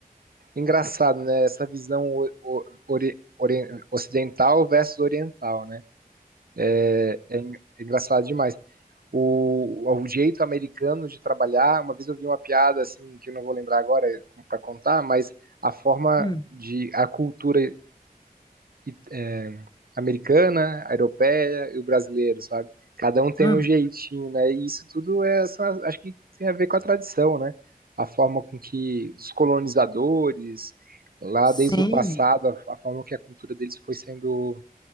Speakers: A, on the right (about 70°); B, on the left (about 25°).
A: Engraçado, né? Essa visão o- o- ori- ori- ocidental versus oriental, né? É, é en- é engraçado demais. o, o jeito americano de trabalhar. Uma vez eu vi uma piada assim que eu não vou lembrar agora para contar, mas a forma
B: Hum,
A: de a cultura i- é, americana, a europeia e o brasileiro, sabe? Cada um tem
B: hum.
A: um jeitinho, né? E isso tudo é, só- acho que tem a ver com a tradição, né? A forma com que os colonizadores lá desde
B: Sim,
A: o passado, a, a forma que a cultura deles foi sendo